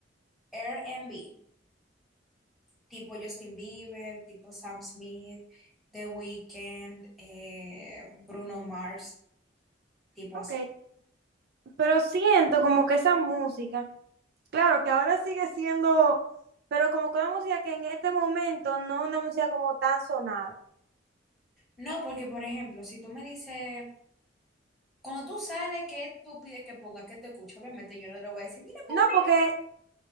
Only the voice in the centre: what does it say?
R and B tipo Justin Bieber, tipo Sam Smith, The Weeknd, eh, Bruno Mars, tipo
así.
No, porque por ejemplo, si tú me dices, cuando tú sales, ¿qué tú pides que ponga, que te escucho? Obviamente yo no le voy a decir, mira, ponme.